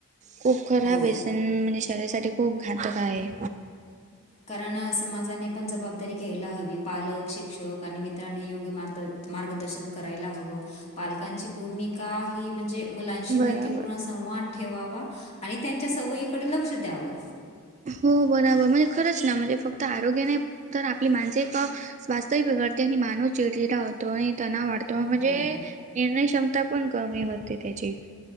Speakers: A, on the right (about 30°); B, on the left (about 30°).
A: खूप खराब
B: हो
A: व्यसन म्हणजे शरीरासाठी खूप घातक आहे.
B: कारण समाजाने पण जबाबदारी घ्यायला हवी पालक शिक्षक आणि मित्रांनी योग्य मार्ग मार्गदर्शन करायला हव पालकांची भूमिका ही म्हणजे. मुलांशी
A: बराबर
B: मैत्रीपूर्ण संवाद ठेवावा आणि त्यांच्या सवयीकडे लक्ष द्यावं.
A: हो बरोबर म्हणजे खरंच ना म्हणजे फक्त आरोग्य नाही तर आपली माणस आहे का वास्तविक बिगडते आणि मानूस चिडचिडख होतो आणि तणाव वाढ तो म्हणजे
B: हो
A: निर्णय क्षमता पण कमी होती त्याची.